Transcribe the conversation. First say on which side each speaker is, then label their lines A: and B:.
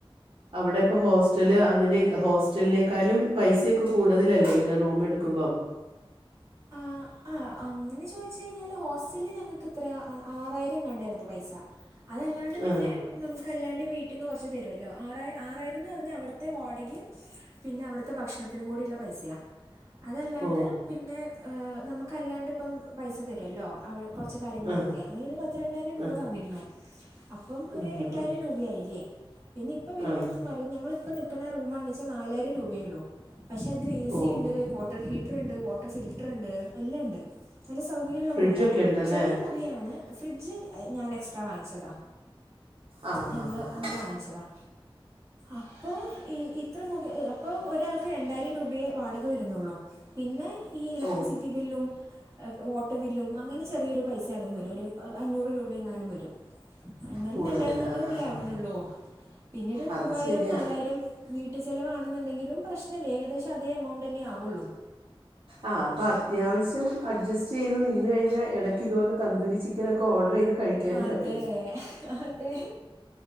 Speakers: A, on the right; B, on the right.
A: അവിടെ ഇപ്പോ ഹോസ്റ്റല് അങ്ങനെ ഹോസ്റ്റലിനെക്കാളും പൈസ ഒക്കെ കൂടുതലല്ലേ ഇങ്ങനെ റൂമെ ടുക്കുമ്പം <unintelligible>
B: ആ ആ അങ്ങനെ ചോദിച്ച് കഴിഞ്ഞാല് ഹോസ്റ്റലി ഞങ്ങക്ക് എത്ര ആറായിരം എങ്ങാണ്ടായിരുന്നു പൈസ അതല്ലാണ്ട് പിന്നെ
A: ആ
B: നമുക്കല്ലാണ്ട് വീട്ടിന്ന് കൊറച്ച് തരുവല്ലോ ആറായി ആറായിരം എന്ന് പറഞ്ഞാൽ അവിടുത്തെ വാടകിം പിന്നെ അവിടുത്തെ ഭക്ഷണത്തിനും കൂടിയുള്ള പൈസയാ അതല്ലാണ്ട്
A: ഓ
B: പിന്നെ നമുക്കല്ലാണ്ട് ഇപ്പം പൈസ തരുവല്ലോ അവ കൊറച്ച് കാര്യങ്ങൾക്കൊക്കെ
A: ആ
B: അങ്ങനെ ഒരു പത്ത് രണ്ടായിരം രൂപ
A: ആ ആ
B: തന്നിരുന്നു അപ്പം ഒരു
A: ആ
B: എട്ടായിരം രൂപയായില്ലേ പിന്നെ ഇപ്പ വീടെടുത്ത്
A: ആ
B: മാ ഞങ്ങിപ്പം നിക്ക്ണ റൂമാണെച്ചാൽ നാലായിരം രൂപയൊള്ളൂ പക്ഷേ അതിൽ എ സി
A: ആ
B: ഇണ്ട്
A: ഓ
B: വ വാട്ടർ ഹീറ്ററുണ്ട് വട്ടർ ഫിൽറ്ററുണ്ട് എല്ലണ്ട് നല്ല സൗകര്യള്ള
A: ഫ്രിഡ്ജൊക്കെ
B: മുറിയാ
A: ഉണ്ടല്ലേ
B: ചെറിയ മുറി യാണ് ഫ്രിഡ്ജ് ഞാൻ എക്സ്ട്രാ വാങ്ങിച്ചതാ
A: ആ ഹാ
B: ഞങ്ങള്
A: ഹാ ഹാ
B: അങ്ങനെ വാങ്ങിച്ചതാ അപ്പോ ഈ ഇത്ര മുറി അപ്പോ ഒരാൾക്ക് രണ്ടായിരം രൂപയെ വാടക വരുന്നുള്ളൂ പിന്നെ ഇ
A: ഓ
B: ലക്ട്രി സിറ്റി ബില്ലും വാട്ടർ ബില്ലും അങ്ങനെ ചെറിയൊരു പൈസ അതും വരും ഒരു അഞ്ഞൂറ് രൂപയെങ്ങാനും വരും എന്നാലും
A: കൂടുതൽ
B: രണ്ടായിരത്തി അഞ്ഞൂറല്ലേ
A: ആ ആ
B: ആവണൊള്ളൂ പിന്നെരു
A: അത്
B: മൂവായിരം
A: ശരിയാ
B: നാലായിരം വീട്ടു ചെലവാണെന്നണ്ടെങ്കിലും പ്രശ്നല്ലേ ഏകദേശം അതേ എമൗണ്ട് തന്നെ ആവൊള്ളൂ
A: ആ അപ്പ അത്യാവശ്യം അഡ്ജസ്റ്റ് ചെയ്തു നിന്ന് കഴിഞ്ഞാൽ എടയ്ക്ക് ഇതുപോലെ തന്തൂരി ചിക്കനൊക്കെ ഓർഡർ ചെയ്ത് കഴിക്കാനും
B: അതെ
A: പറ്റും
B: അതെ